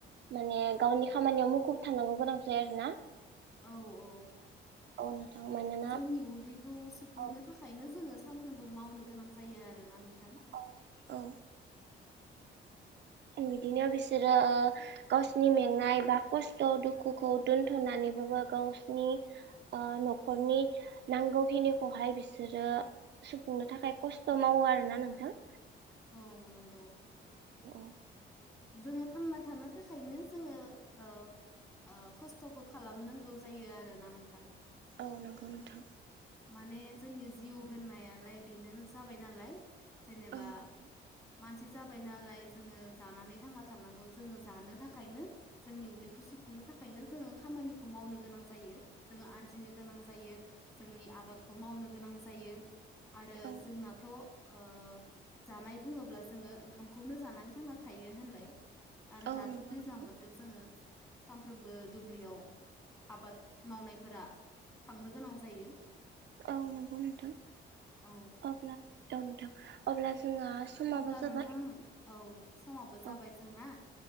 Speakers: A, on the right (about 60°); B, on the left (about 15°).
A: माने गावनि खामानियाव मुखुब थाननांगौ गोनां जायो आरो ना
B: औ-औ
A: औ नोंथां मानोना
B: जोंनि उदैखौ सुफुंनो
A: औ
B: थाखायनो जोङो सानफ्रामबो मावनो गोनां जायो आरोना नोंथां
A: औ औ बिदिनो बिसोरो गावसिनि मेंनाय बा खस्थ' दुखुखौ दोनथ'नानै बो गावसिनि न'खरनि नांगौखिनिखौहाय बिसोरो सुफुंनो थाखाय खस्थ' मावो आरोना नोंथां
B: औ नंगौ
A: अ
B: जोङो थांना थानो थाखायनो जोङो ओ ओ खस्थ'खौ खालामनांगौ जायो आरोना नोंथां
A: औ नंगौ नोंथां
B: माने जोंनि जिउ होननायालाय बेनो जाबाय नालाय जेनेबा
A: औ नोंथां
B: मानसि जाबाय नालाय जोङो जानानै थांना थानांगौ जोङो जानो थाखायनो जोंनि उदैखौ सुफुंनो थाखायनो जोङो खामानिखौ मावनो गोनां जायो जोङो आरजिनो गोनां जायो जोंनि आबादखौ मावनो गोनां जायो आरो
A: औ
B: जोंनाथ' ओ जानाय बुङोब्ला जोङो ओंखामखौनो जानानै थांना थायो होनलाय आरो
A: औ
B: दाथ'
A: नंगौ
B: दैज्लां
A: नोंथां
B: बोथोर जोङो सानफ्रोमबो दुब्लियाव आबाद मावनायफोरा थांनो गोनां जायो
A: औ नंगौ नोंथां
B: औ
A: अब्ला औ नोंथां अब्ला जोंहा समाबो
B: अब्ला नोंथां
A: जाबाय
B: औ समाबो
A: औ
B: जाबाय जोंना